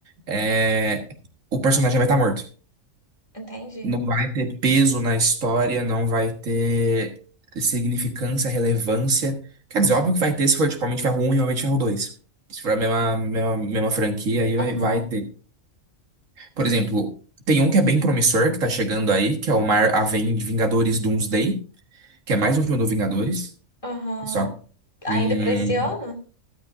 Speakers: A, on the right; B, on the left.
A: é, o personagem vai estar morto.
B: entendi.
A: Não vai ter peso na história, não vai ter significância, relevância. Quer dizer, óbvio que vai ter se for tipo Homem de Ferro 1 e Homem de Ferro 2. Se for a mesma, mesma, mesma franquia, aí
B: Aham,
A: vai, vai ter. Por exemplo, tem um que é bem promissor, que tá chegando aí, que é o Mar a Vem- Vingadores Doomsday, que é mais um filme do Vingadores.
B: aham.
A: Só que
B: Ainda
A: hum,
B: pra esse ano?